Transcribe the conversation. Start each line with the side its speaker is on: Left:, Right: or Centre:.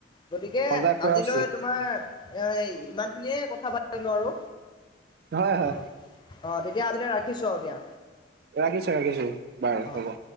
Left: গতিকে
Right: সজাগ কৰা
Left: আজিলৈ
Right: উচিত
Left: তোমাৰ এ ইমানখিনিয়ে আৰু।
Right: হয় হয়
Left: অ অ তেতিয়া আজিলৈকে ৰাখিছোঁ আৰু দিয়া।
Right: ৰাখিছে ৰাখিছে বাৰু
Left: অ'।
Right: হ'ব।